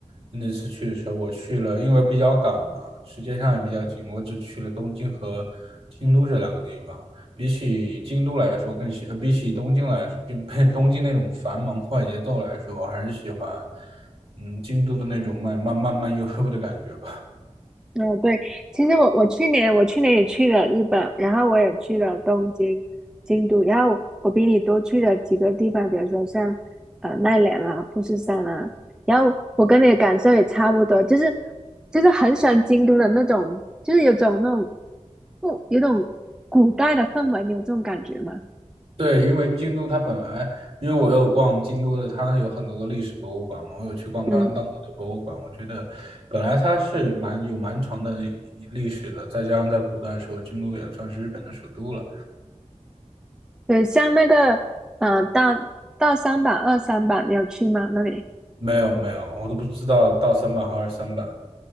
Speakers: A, on the right (about 50°); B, in the centre.
A: 那次去的时候，我去了，因为比较赶嘛，时间上也比较紧，我只去了东京和京都这两个地方。比起京都来说，更喜，呃，比起东京来说，比比 <laughs> 东京那种繁忙快节奏来说，我还是喜欢，嗯，京都的那种慢慢慢慢悠悠的感觉吧。
B: 哦对，其实我我去年我去年也去了日本，然后我也去了东京、京都，然后我比你多去了几个地方，比如说像呃奈良啊、富士山啊，然后我跟你的感受也差不多，就是就是很喜欢京都的那种，就是有种那种不有种古代的氛围，你有这种感觉吗？
A: 对，因为京都它本来，因为我有逛京都的，它有很多的历史博物馆嘛，我有去逛它当地的博物馆，
B: 嗯，
A: 我觉得本来它是蛮有蛮长的一历史的，再加上在古代的时候，京都也算是日本的首都了。
B: 对，像那个呃大大三版、二三版，你有去吗？那里？
A: 没有没有，我都不知道到三版和二三版